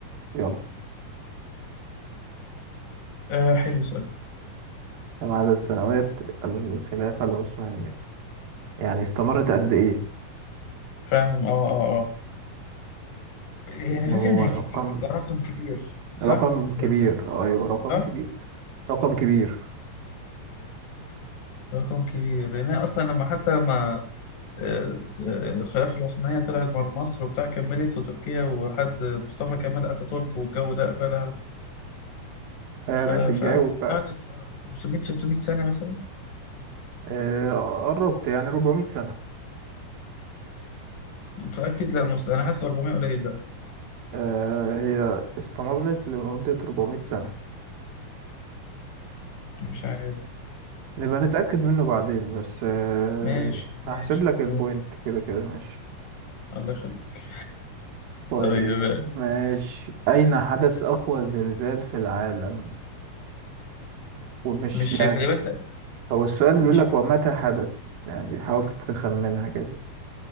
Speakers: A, on the right; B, on the left.
A: يلا
B: آه حلو السؤال ده
A: كم عدد سنوات الخلافة العثمانية يعني استمرت قد ايه
B: فاهم آه آه آه يعني
A: وهو
B: فاكر إن هيك-
A: رقم
B: هيك- رقم كبير صح؟
A: رقم كبير
B: بالكتير
A: آه، ايوه رقم
B: صح؟
A: كبير رقم كبير
B: رقم كبير لأن أنا أصلا لما حتى لما آه، آه، الخلافة العثمانية طلعت بره مصر وبتاع كملت في تركيا وحد مصطفى كمال أتاتورك والجو ده قفلها
A: آه
B: ف-
A: ماشي
B: فقعدت
A: جاوب بقى
B: قعدت بتاع 500 600 سنة مثلا
A: آه قربت يعني 400 سنة
B: متأكد لا مست... أنا حاسس 400 قليل
A: آه هي استمرت لمدة 400 سنة
B: مش عارف
A: نبقى نتأكد منه بعدين بس آه،
B: ماشي
A: هحسب
B: ماشي
A: لك البوينت
B: ماشي
A: كده كده ماشي
B: الله يخليك
A: طيب
B: طيب
A: ماشي أين حدث أقوى زلزال في العالم ومش
B: مش في
A: يعني
B: اليابان تق-
A: هو السؤال بيقول
B: مش
A: لك ومتى حدث يعني حاول تخمنها كده